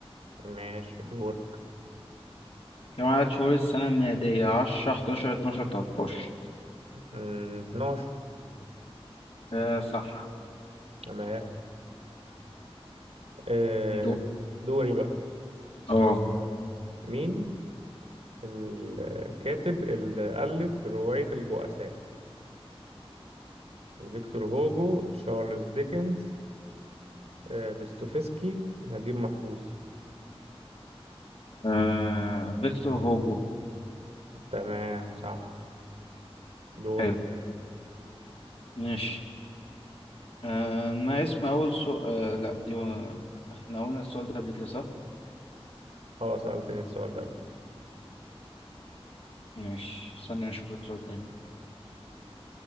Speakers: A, on the right; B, on the left.
A: ماشي دور
B: كم عدد شهور السنة الميلادية 10 11 12 13
A: مم، 12
B: آه صح
A: تمام آه،
B: دور
A: دوري بقى
B: اه
A: مين الكاتب اللي ألف رواية البؤساء فيكتور هوجو تشارلز ديكنز آه، دوستويفسكي نجيب محفوظ
B: آه، فيكتور هوجو
A: تمام صح دور
B: حلو ماشي آه ما اسم اول سو... آه لا دي و... احنا قلنا السؤال ده قبل كده صح
A: اه سألتني السؤال ده قبل كده
B: ماشي استنى أشوف لك سؤال تاني